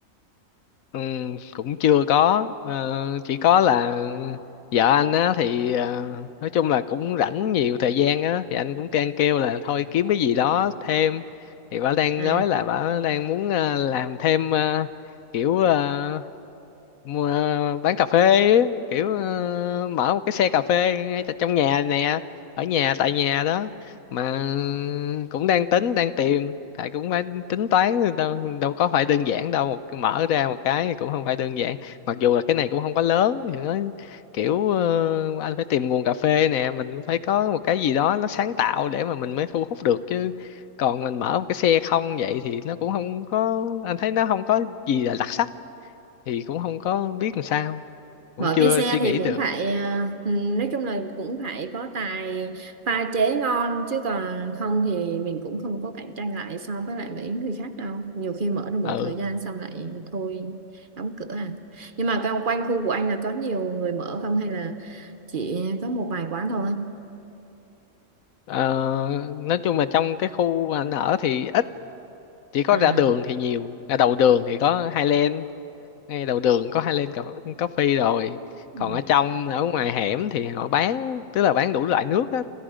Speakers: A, on the left; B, on the right.
A: ừm, cũng chưa có Ờ, chỉ có là vợ anh á thì ờ, nói chung là cũng rảnh nhiều thời gian á thì anh cũng can kêu là thôi kiếm cái gì đó thêm thì bà đang
B: à
A: nói là bà đang muốn ờ, làm thêm ờ, kiểu ờ, mua bán cà phê ấy, kiểu ờ, mở một cái xe cà phê ngay tại trong nhà nè ở nhà tại nhà đó mà cũng đang tính đang tìm thầy cũng phải tính toán đâu đâu có phải đơn giản đâu một mở ra một cái thì cũng không phải đơn giản mặc dù là cái này cũng không quá lớn thì nó kiểu ờ, anh phải tìm nguồn cà phê nè mình cũng phải có một cái gì đó nó sáng tạo để mà mình mới thu hút được chứ còn mình mở một cái xe không vậy thì nó cũng không có anh thấy nó không có gì là đặc sắc thì cũng không có biết làm sao cũng
B: mở
A: chưa
B: cái xe
A: suy
B: thì
A: nghĩ
B: cũng
A: được
B: phải ờ, ừ, nói chung là cũng phải có tài pha chế ngon chứ còn không thì mình cũng không có cạnh tranh lại so với lại mấy người khác đâu nhiều khi mở được một
A: ừ
B: thời gian xong lại thôi đóng cửa à nhưng mà quanh quanh khu của anh là có nhiều người mở không hay là chỉ có một vài quán thôi
A: ờ, nói chung là trong cái khu mà anh ở thì ít chỉ có
B: à
A: ra đường thì nhiều ra đầu đường thì có Highland ngay đầu đường có Highland Co- Coffee rồi
B: ừ.
A: còn ở trong ở ngoài hẻm thì họ bán tức là bán đủ loại nước á